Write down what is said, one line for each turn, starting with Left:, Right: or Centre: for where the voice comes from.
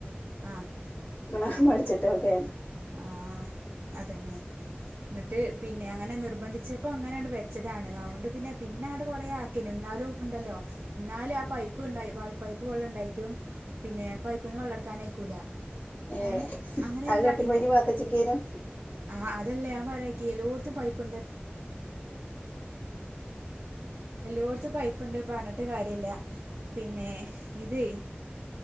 Right: ആഹ്
Left: ആഹ് മടിച്ചിട്ട് ഒക്കെയാണ്
Right: ആഹ് അതെന്നെ എന്നിട്ട് പിന്നെ അങ്ങനെ നിർബന്ധിച്ചപ്പോ അങ്ങനെ അങ്ങട് വെച്ചതാണ് അതുകൊണ്ട് പിന്നെ പിന്നെ അങ്ങടെ കൊറെ ആക്കീനു എന്നാലും ഇണ്ടല്ലോ എന്നാലും ആ പൈപ്പി പൈപ്പ് ഇണ്ടായി ആ പൈപ്പ് വെള്ളം ഉണ്ടായിട്ടും പിന്നെ പൈപ്പ് നിന്ന് വെളള് എടുക്കാനായിക്കൂല
Left: ഏ
Right: ഏഹ് അങ്ങനെയും
Left: അത് കെട്ടിപ്പോയിഞ്ഞ്
Right: കാട്ടി
Left: പാത്തച്ചിക്കേനു
Right: ആഹ് അതല്ലേ ഞാൻ പറഞ്ഞിക്കി എല്ലോടത്തും പ്പ്ണ്ട് എല്ലോടത്തും പൈപ്പുണ്ട് പറഞ്ഞിട്ട് കാര്യല്ല പിന്നെ ഇതെ